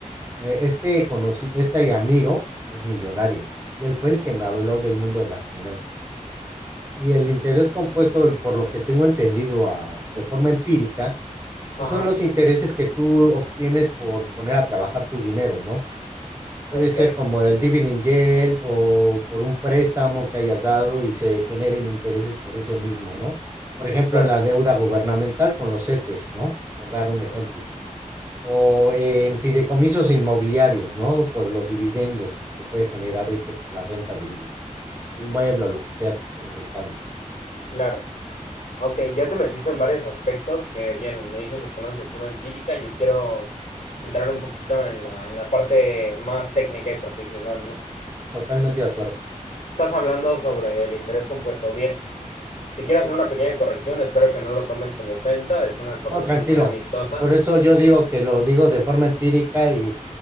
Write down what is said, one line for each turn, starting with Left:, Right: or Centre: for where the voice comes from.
Right: Eh, este, conocí, este amigo es millonario y él fue el que me habló del mundo de las finanzas. Y el interés compuesto, por lo que tengo entendido a- de forma empírica,
Left: Ajá,
Right: pues son los intereses que tú obtienes por poner a trabajar tu dinero, ¿no? Puede
Left: Ok.
Right: ser como el dividend yield o por un préstamo que hayas dado y se generen intereses por ese mismo, ¿no? Por ejemplo,
Left: claro,
Right: en la deuda gubernamental con los CETES, ¿no? Por dar
Left: Ujú.
Right: un ejemplo. O en fideicomisos inmobiliarios, ¿no? Por los dividendos que te puede generar este por la renta del inmueble o lo que sea que estén rentando.
Left: claro. Ok, ya te metiste en varios aspectos que, bien, me dices los conoces de forma empírica. Yo quiero entrar un poquito en la, en la parte más técnica y profesional, ¿no?
Right: Totalmente de acuerdo.
Left: Estás hablando sobre el interés compuesto. Bien, te quiero hacer una pequeña corrección. Espero que no lo tomes como ofensa. Es una corrección
Right: No, tranquilo.
Left: muy amistosa.
Right: Por eso yo digo que lo digo de forma empírica y,